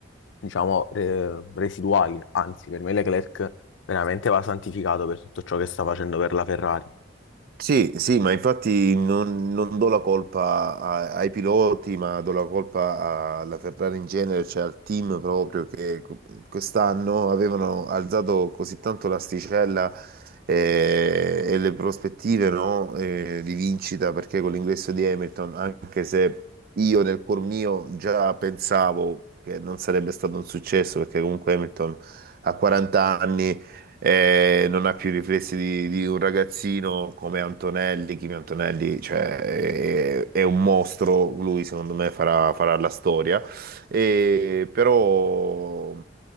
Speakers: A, on the left (about 75°); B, on the right (about 50°).
A: diciamo, re- residuali. Anzi, per me Leclerc veramente va santificato per tutto ciò che sta facendo per la Ferrari.
B: Sì, sì, ma infatti non, non do la colpa a- ai piloti, ma do la colpa alla Ferrari in genere, cioè al team proprio che quest'anno avevano alzato così tanto l'asticella eh, e, le prospettive, no, eh, di vincita, perché con l'ingresso di Hamilton, anche se io nel cuor mio già pensavo che non sarebbe stato un successo, perché comunque Hamilton ha 40 anni eh, non ha più i riflessi di, di un ragazzino come Antonelli. Kimi Antonelli, cioè, è, è un mostro, lui secondo me farà, farà la storia. E, però,